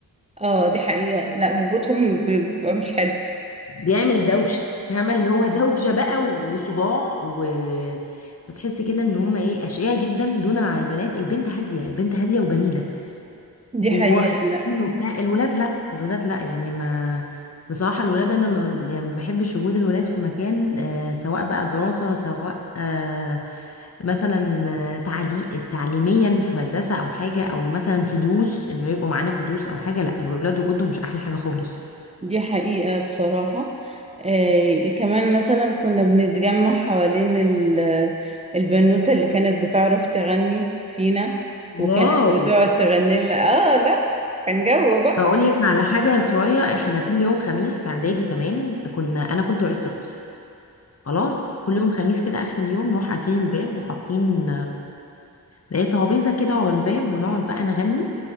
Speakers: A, on the right; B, on the left.
A: اه دي حقيقة لا وجودهم ب- بيبقى مش حلو
B: بيعمل دوشه فاهمه اللي هو دوشه بقى وصداع و... وتحسي كده ان هم ايه اشقياء جدا دونا عن البنات البنت هاديه البنت هاديه وجميله
A: دي
B: وحنين
A: حقيقة
B: وبتاع الولاد لا الولاد لا يعني ما بصراحة الولاد أنا ما يعني ما بحبش وجود الولاد في مكان آه سواء بقى دراسة سواء آه مثلا آه، تعلي تعليميا في مدرسة أو حاجة أو مثلا في دروس إنه يبقوا معانا في دروس أو حاجة لا الولاد وجودهم مش أحلى حاجة خالص
A: دي حقيقة بصراحة آه كمان مثلا كنا بنتجمع حوالين ال- البنوتة اللي كانت بتعرف تغني فينا وكانت
B: واو
A: بتقعد تغني لنا اه لا كان جو بقى
B: هقول لك على حاجة صغيرة احنا كل يوم خميس في إعدادي كمان كنا أنا كنت رئيس الفصل خلاص كل يوم خميس كده آخر اليوم نروح قافلين الباب وحاطين لقيت طرابيزه كده ورا الباب ونقعد بقى نغني